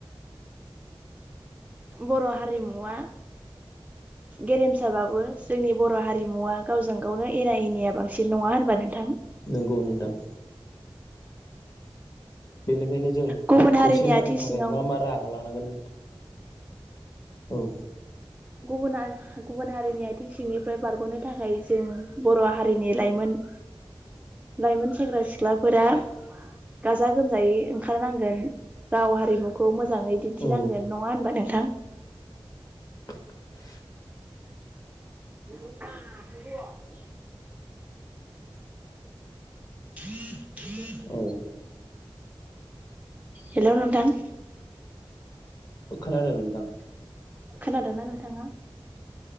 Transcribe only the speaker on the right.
बर' हारिमुआ गेरेमसाबाबो जोंनि बर' हारिमुवा गावजों गावनो एना एनिया बांसिन नङा होनबा नोंथां
गुबुन हारिनि
आथिं
सिङाव
गुबुन आरो गुबुन हारिनि आथिं सिंनिफ्राय बारग'नो थाखाय जों बर' हारिनि लाइमोन लाइमोन सेंग्रा सिख्लाफोरा गाजा गोमजायै ओंखारनांगोन राव हारिमुखौ मोजाङै दिन्थिनांगोन
नङा होनबा नोंथां
<inaudible> ह ह <inaudible>
हेल' नोंथां
खोनादोंना नोंथाङा